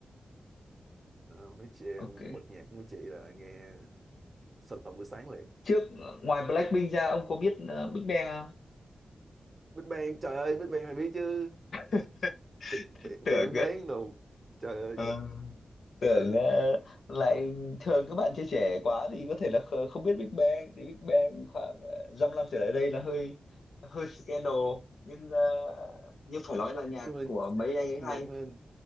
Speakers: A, on the right (about 35°); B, on the left (about 70°).
A: Ờ, mấy chị em
B: ok.
A: bật nhạc của mấy chị là nghe sôi động buổi sáng liền
B: Trước ngoài Blackpink ra ông có biết ờ, Big Bang không?
A: Big Bang trời ơi Big Bang phải biết chứ
B: <laughs>
A: Big Bang
B: Tưởng
A: Big
B: cơ.
A: Bang bán đồ trời ơi
B: Ờ. tưởng
A: Ờ,
B: ờ, lại thường các bạn trẻ trẻ quá thì có thể là kh- không biết Big Bang thì Big Bang khoảng ờ, dăm năm trở lại đây là hơi hơi scandal nhưng ờ, nhưng phải nói là nhạc
A: nhưng mà
B: của mấy
A: ờ,
B: anh
A: nhạc
B: ấy hay
A: lên